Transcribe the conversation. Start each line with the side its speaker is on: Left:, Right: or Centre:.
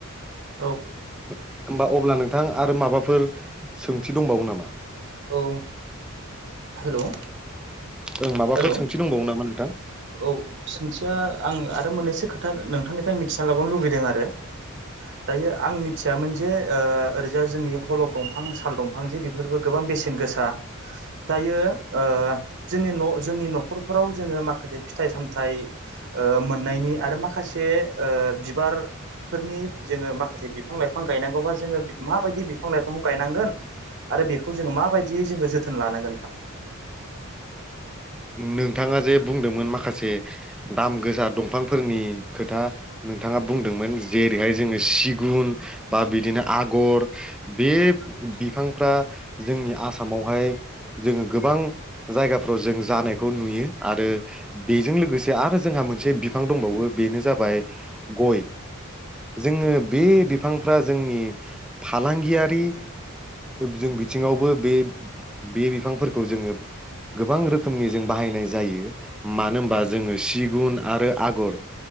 Right: औ
Centre: होमबा अब्ला नोंथां आरो माबाफोर सोंथि दंबावो नामा?
Right: औ हेलौ
Centre: ओ माबाफोर
Right: हेलौ
Centre: सोंथि दंबावो नामा नोंथां?
Right: औ सोंथिया आं आरो मोननैसो खोथा नोंथांनिफ्राय मिथिना लाबावनो लुबैदों आरो। दायो आं मिथियामोन जे ओरैजाय जोंनि हलग दंफां साल दं मोनसे बेफोरबो गोबां बेसेन गोसा दायो जोंनि जोंनि न'खरफोराव जोङो माखासे फिथाइ सामथाइ ओ मोननायनि आरो माखासे ओ बिबार फोरनि जोङो माखासे बिफां लाइफां गायनांगौबा जोङो माबायदि बिफां लाइफांखौ गायनांगोन। आरो बेखौ जोङो माबाययै जोङो जोथोन लानांगोन नोंथां।
Centre: नोंथाङा जे बुंदोंमोन माखासे दाम गोसाा दंफांफोरनि खोथा नोंथाङा बुंदोंमोन जेरैहाय जोङो सिगुन बा बिदिनो आगर बे बिफांफ्रा जोंनि आसामावहाय जोङो गोबां जायगाफ्राव जों जानायखौ नुयो आरो बेजों लोगोसे आरो जोंहा मोनसे बिफां दंबावो बेनो जाबाय गय जोङो बे बिफांफ्रा जोंनि फालांगियारि जों बिथिङावबो बे बे बिफांफोरखौ जोङो गोबां रोखोम रोखोमनि जों बाहायनाय जायो मानो होनबा जोङो सिगुन आरो आगर